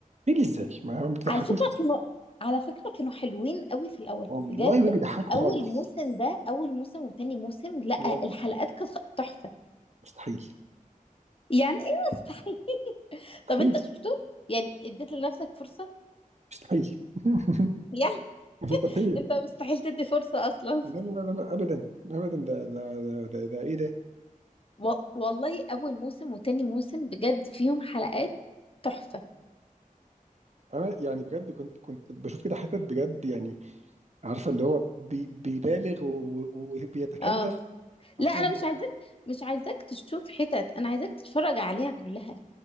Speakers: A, on the right; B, on the left.
A: ايه اللي ازاي ما بيضحكوش
B: على فكرة
A: اصلا
B: كانوا على فكرة كانوا حلوين قوي في الأول
A: والله
B: بجد
A: ما بيضحكوا
B: أول
A: خالص
B: موسم ده أول موسم وتاني موسم لأ
A: والله
B: الحلقات كانت خ- تحفة
A: مستحيل
B: يعني إيه مستحيل
A: مستحيل
B: طب أنت شفته؟ يعني اديت لنفسك فرصة؟
A: مستحيل <laughs>
B: يعني
A: مستحيل
B: <laughs> أنت مستحيل تدي فرصة أصلا
A: لا لا لا لا ابدا ابدا ده ده ده ده, ده ايه ده
B: و... والله أول موسم وتاني موسم بجد فيهم حلقات تحفة
A: انا يعني بجد كنت كنت بشوف كده حتت بجد يعني عارفه اللي هو بي بيبالغ و- وبيتكلف
B: اه لا
A: عشان
B: أنا
A: اللي-
B: مش عايزاك مش عايزاك تشوف حتت أنا عايزاك تتفرج عليها كلها